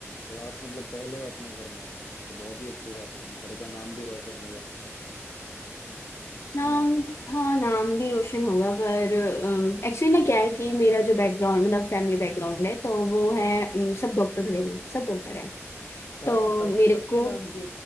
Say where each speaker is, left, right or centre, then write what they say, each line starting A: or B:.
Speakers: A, on the left; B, on the left.
A: तो आप मतलब पहले हो अपने घर में ये तो बहुत ही अच्छी बात है घर का नाम भी रोशन हुआ
B: नाम
A: है ना
B: हाँ नाम भी रोशन होगा पर एक्चुअली ना क्या है कि मेरा जो बैकग्राउंड मतलब फैमिली बैकग्राउंड है तो वो है अम, सब डॉक्टर भरे हैं सब डॉक्टर हैं
A: सारे
B: तो
A: सब
B: मेरे
A: सबके
B: को
A: नाम के